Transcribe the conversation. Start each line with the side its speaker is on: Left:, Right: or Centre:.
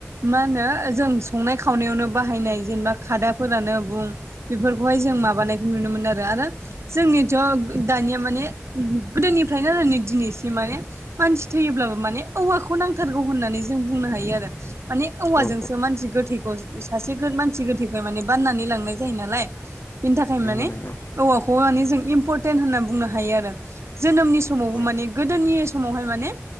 Right: मा होनो जों संनाय खावनायावनो बाहायनाय जेनेबा खादाफोरानो बुं बेफोरखौहाय जों माबानायखौ नुनो मोनो आरो आरो जोंनिथ' दानिया माने गोदोनिफ्रायनो आरो नै दिनैसिम माने मानसि थैयोब्लाबो माने औवाखौ नांथारगौ होननानै जों बुंनो हायो आरो माने औवाजों
Left: औ
Right: मानसि गोथैखौ सासे मानसि गोथैखौ माने बाननानै लांनाय जायो नालाय बेनि थाखाय
Left: नंगौ
Right: माने
Left: नंगौ
Right: औवाखौ माने जों इम्परटेन्ट होनना बुंनो हायो आरो। जोनोमनि समावबो
Left: औ
Right: माने गोदोनि समावहाय माने